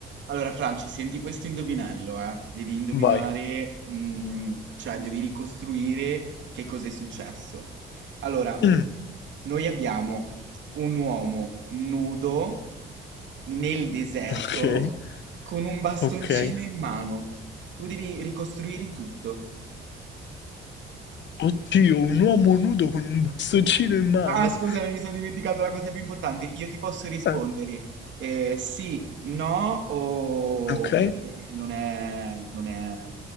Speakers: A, on the right (about 65°); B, on the left (about 65°).
A: Allora, Franci, senti questo indovinello, eh? Devi indovinare,
B: Vai.
A: mm, cioè devi ricostruire che cosa è successo. Allora,
B: Mm,
A: noi abbiamo un uomo nudo nel deserto
B: ok,
A: con un bastoncino
B: ok.
A: in mano. Tu devi ricostruire tutto.
B: Oddio, un uomo nudo con un bastoncino in mano.
A: Ah, scusami, mi sono dimenticato la cosa più importante. Io ti posso rispondere
B: Eh,
A: eh, sì, no, o-
B: ok,
A: oppure non è, non è,